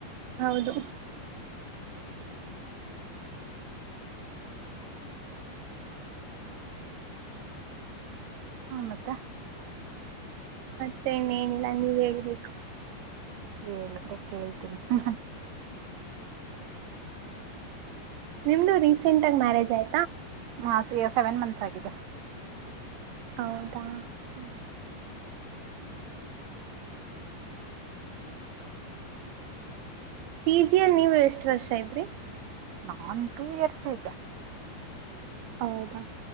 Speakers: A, on the right (about 85°); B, on the right (about 70°).
A: ಹೌದು.
B: ಹ ಮತ್ತ.
A: ಮತ್ತೆನ್ನೇನಿಲ್ಲ ನೀವ ಹೇಳಬೇಕು.
B: ಹೇಳಿದ್ರೆ ಕೇಳ್ತೀನಿ ಹ್ಮ್ ಹ್ಮ್.
A: ನಿಮ್ದು ರೀಸೆಂಟ್ ಆಗ ಮ್ಯಾರೇಜ್ ಆಯ್
B: ಹ ಸೆವೆನ್ ಮಂತ್ಸ್ ಆಗಿದೆ.
A: ಹೌದಾ.
B: ಹ್ಮ ಹ್ಮ.
A: ಪಿ ಜಿ ಅಲ್ಲಿ ನೀವ ಎಷ್ಟ್ ವರ್ಷ ಇದ್ರಿ.
B: ನಾನ್ ಟೂ ಐರ್ಸ್ ಇದ್ದೆ.
A: ಹೌದಾ.